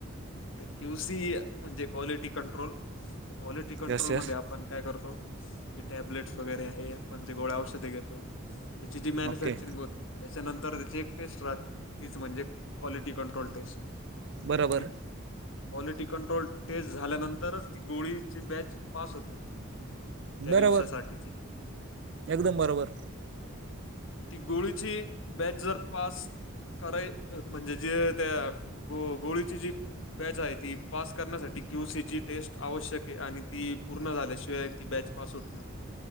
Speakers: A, on the left; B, on the right.
A: क्यू सी म्हणजे quality control. Quality कंट्रोलमध्ये
B: yes yes
A: आपण काय करतो? जे टॅब्लेट्स वगैरे आहे आपण जे गोळ्या औषधे घेतो त्याची जी मॅन्युफॅक्चरिंग
B: ओके
A: होते त्याच्यानंतर त्याची एक टेस्ट राहते. तीच म्हणजे क्वालिटी कंट्रोल टेस्ट.
B: बरोबर
A: ती क्वालिटी कंट्रोल टेस्ट झाल्यानंतरच ती गोळीची बॅच पास होते. त्या
B: बरोबर
A: दिवसासाठीची
B: एकदम बरोबर
A: ती गोळीची बॅच जर पास कराय म्हणजे जे त्या गो गोळीची जी बॅच आहे ती पास करण्यासाठी क्यू सी ची टेस्ट आवश्यक आहे आणि ती पूर्ण झाल्याशिवाय ती बॅच पास होत नाही.